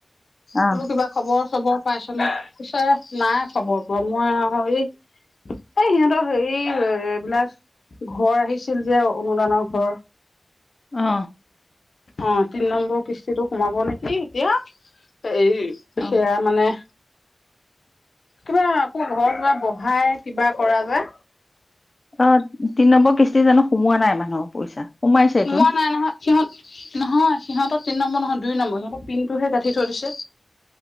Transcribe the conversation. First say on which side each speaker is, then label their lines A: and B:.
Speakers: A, on the left (about 35°); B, on the left (about 75°).
A: অ
B: বোলো কিবা খবৰ খবৰ পাইছনে কৈছে নাই খবৰ পোৱা মই আৰু এই এই সিহঁতৰ হে এইবিলাক ঘৰ আহিছিল যে অনুদানৰ ঘৰ
A: অ
B: অ তিনি নম্বৰ কিস্তিটো সোমাব নেকি এতিয়া এই
A: অ
B: সেয়া মানে কিবা আকৌ ঘৰ দুৱাৰ বহাই কিবা কৰা যে
A: অ তিনি নম্বৰ কিস্তি জানো সোমোৱা নাই মানুহ পইচা সোমাইছেতোন
B: সোমোৱা নাই নহয় সিহঁত নহয় সিহঁতৰ তিনি নম্বৰ নহয় দুই নম্বৰ সিহঁতৰ পিন তটোহে গাঁঠি থৈ দিছে